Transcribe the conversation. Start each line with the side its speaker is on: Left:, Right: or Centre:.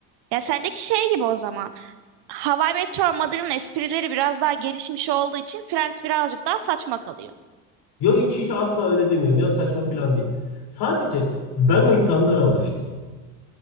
Right: Ya sendeki şey gibi o zaman. Hawaii Meteor Mother'ın esprileri biraz daha gelişmiş olduğu için Friends birazcık daha saçma kalıyor.
Left: Ya hiç hiç asla öyle demiyorum ya saçma falan değil. Sadece ben o insanlara alıştım.